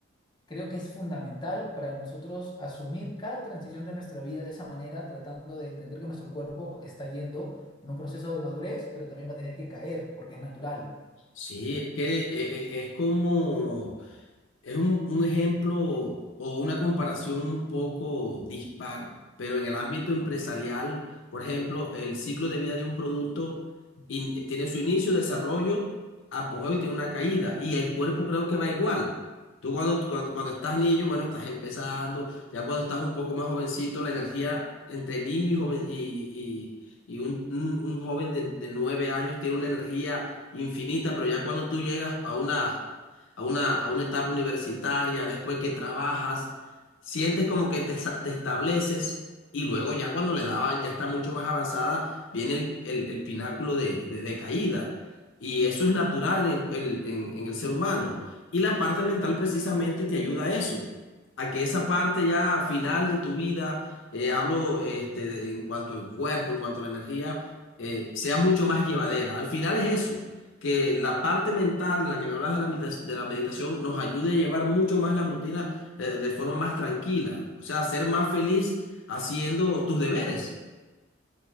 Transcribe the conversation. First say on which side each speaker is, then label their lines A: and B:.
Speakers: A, on the left (about 20°); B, on the left (about 65°).
A: Creo que es fundamental para nosotros asumir cada transición de nuestra vida de esa manera, tratando de entender que nuestro cuerpo está yendo en un proceso de madurez, pero también va a tener que caer porque es natural.
B: Sí, es que eh, eh, es como... Es un, un ejemplo o una comparación un poco dispar, pero en el ámbito empresarial, por ejemplo, el ciclo de vida de un producto in- tiene su inicio, desarrollo, apogeo y tiene una caída. Y el cuerpo creo que va igual. Tú cuando, cuando, cuando estás niño, bueno, estás empezando, ya cuando estás un poco más jovencito, la energía entre niño y joven y, y, y un, un- un joven de, de nueve años tiene una energía infinita, pero ya cuando tú llegas a una a una, a una etapa universitaria, después que trabajas, sientes como que te, sa- te estableces y luego ya cuando le daba, ya está mucho más avanzada, viene el, el- el pináculo de, de- de caída. Y eso es natural en el, el- en, en el ser humano. Y la parte mental precisamente te ayuda a eso, a que esa parte ya final de tu vida, eh, hablo este, de- en cuanto al cuerpo, en cuanto a la energía, eh, sea mucho más llevadera. Al final es eso que la parte mental de la que me hablas de la, medita- de la meditación nos ayude a llevar mucho más la rutina eh, de forma más tranquila, o sea, ser más feliz haciendo tus deberes.